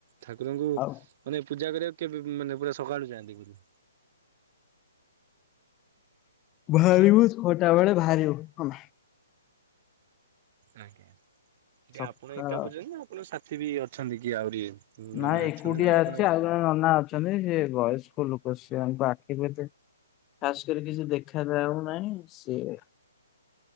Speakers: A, on the right (about 40°); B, on the left (about 20°).
A: ଠାକୁରଙ୍କୁ
B: ଆଉ
A: ମାନେ ପୂଜା କରିବାକୁ କେବେ ମାନେ ପୁରା ସକାଳୁ ଯାଆନ୍ତି କରି
B: ଭାରିବ
A: ହ୍ୟାଲୋ
B: ଛଟା ବଳେେ ଭାରିବ
A: ଆଜ୍ଞା ହେଠି
B: ସକାଳ
A: ଆପଣ ଏକା କରୁଚନ୍ତି ନା ଆପଣ ସାଥି ବି ଅଛନ୍ତି କି ଆହୁରି ନନା
B: ନାଇ ଏକୁଟିଆ
A: ଅଛନ୍ତି ନା ଆପଣ
B: ଅଛି ଆଉ ଜଣେ ନନା ଅଛନ୍ତି ସେ ବୟସ୍କ ଲୋକ ସେ ଆମ <unintelligible> ଖାସ୍ କରି କିଛି ଦେଖା ଯାଉ ନାହିଁ ସିଏ